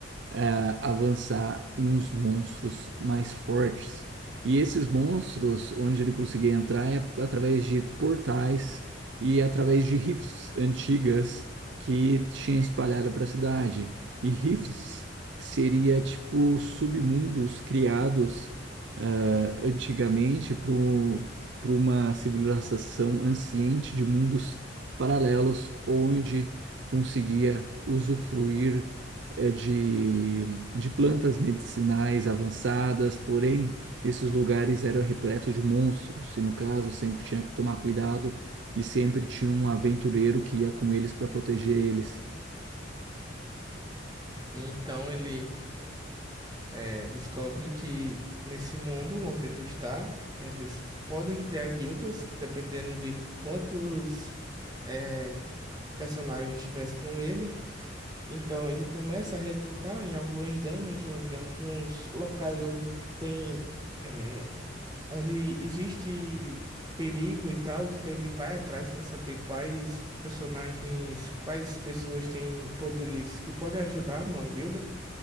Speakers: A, on the right; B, on the right.
A: eh, avançar em uns monstros mais fortes. E esses monstros, onde ele conseguia entrar, é através de portais e através de rifts antigas que tinha espalhada para a cidade. E rifts seria tipo submundos criados eh, antigamente para uma civilização anciente de mundos paralelos, onde conseguia usufruir eh, de, de plantas medicinais avançadas, porém, esses lugares eram repletos de monstros, e no caso, sempre tinha que tomar cuidado e sempre tinha um aventureiro que ia com eles para proteger eles.
B: então ele é, descobre que nesse mundo onde ele está, eles podem criar guildas, dependendo de quantos é, personagens tivesse com ele. Então ele começa a recrutar em algumas dungeons, em alguns locais onde tem, eh, onde existe perigo e tal, então ele vai atrás para saber quais personagens, quais pessoas têm poderes que podem ajudar numa guilda.